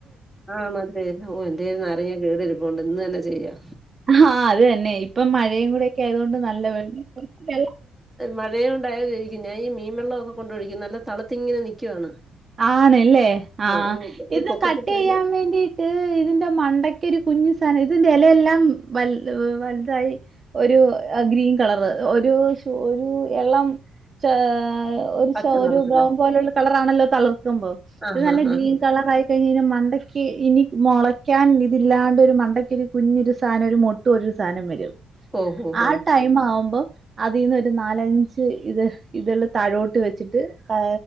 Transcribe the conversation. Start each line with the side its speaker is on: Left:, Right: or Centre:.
Centre: ആ മതേ ഓ എൻ്റേൽ നാരങ്ങ കേടരിപ്പുണ്ട് ഇന്ന് തന്നെ ചെയ്യാ.
Right: ഹാ അത് തന്നെ ഇപ്പം മഴയും കൂടെ ഒക്കെ ആയതോണ്ട് നല്ല <unintelligible>
Centre: മഴയുണ്ടായാലായിരിക്കും ഞാൻ ഈ മീൻവെള്ളം ഒക്കെ കൊണ്ടൊഴിക്കും. നല്ല തളത്തിങ്ങനെ നിക്കുവാണ്.
Right: ആണല്ലേ ആ
Centre: അങ്ങ്
Right: ഇത്
Centre: ഈ പൊക്കത്തി
Right: കട്ടയ്യാൻ
Centre: പോയില്ല
Right: വേണ്ടി <unintelligible> ഇതിന്റെ മണ്ടയ്ക്കൊരു കുഞ്ഞു സാനം ഇതിന്റെ എലയെല്ലാം വൽ വൽതായി. ഒരു ഗ്രീൻ കളർ ഒരു ഷു ഒരു എളം ചാ ഒരു
Centre: പച്ച
Right: ചൊ
Centre: നിറത്തില്.
Right: ഒരു ബ്രൗൺ പോലുള്ള കളറാണല്ലോ തളർക്കുമ്പം
Centre: ആ
Right: ഇത്
Centre: ഹാ
Right: നല്ല
Centre: ഹാ
Right: ഗ്രീൻ
Centre: ഹാ.
Right: ക കളറായി കഴിഞ്ഞഴ്ഞ്ഞ മണ്ടക്കി ഇനി മൊളയ്ക്കാൻ ഇതില്ലാണ്ടരു മണ്ടക്കി ഒരു കുഞ്ഞൊരു സാനം ഒരു മു തൊരു സാനം വരും
Centre: ഓ! ഹോ! ഹോ!
Right: ആ ടൈം ആവുമ്പം അതീന്ന് ഒരു നാലഞ്ച് ഇത് ഇതൾ തഴോട്ട് വെച്ചിട്ട് ഹേ